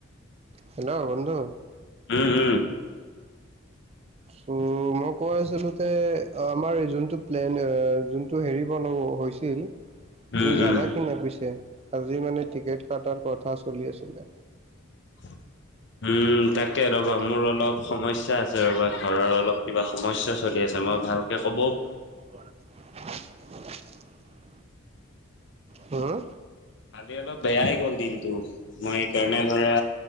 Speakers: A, on the right; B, on the left.
A: হেল্ল' বন্ধু।
B: উ উ।
A: তো ম মই কৈ আছিলোঁ তে আ আমাৰ এই যোনটো প্লেন, যোনটো হেৰি বনাব হৈছিল তুমি
B: উম
A: যাবা
B: উম।
A: কি নাই পিছে? আজি মানে টিকেত কাটাৰ কথা চলি আছিলে।
B: <unintelligible> তাকে ৰ'বা মোৰ অলপ সমস্যা আছে ৰ'বা ঘৰৰ অলপ কিবা সমস্যা চলি আছে মই ভালকৈ ক'ব
A: <unintelligible> হম
B: কালি অলপ বেয়াই গ'ল দিনটো, মই সকাৰণে ধৰা,